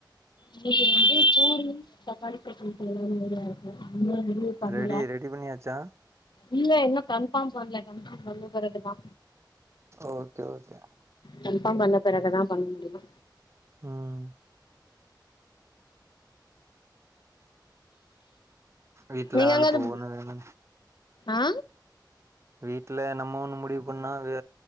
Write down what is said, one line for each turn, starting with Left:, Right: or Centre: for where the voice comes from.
Left: இன்னைக்கி வந்து பூரி தக்காளி தொக்கு செய்யிறமாரி இருக்கு இன்னு முடிவு பண்ணல
Right: ரெடி ரெடி பண்ணியாச்சா
Left: இல்ல இன்னு கன்ஃபார்ம் பண்ணல கன்ஃபார்ம் பண்ண பிறகுதா
Right: ஓகே ஓகே
Left: கன்ஃபார்ம் பண்ண பெறகுதா பண்ண முடியு
Right: ம் வீட்ல
Left: நீங்க
Right: ஆளுக்கு
Left: அங்கது
Right: ஒவ்வொன்னு வேணுன்
Left: ஆ
Right: வீட்ல நம்ம ஒண்ணு முடிவு பண்ணா அது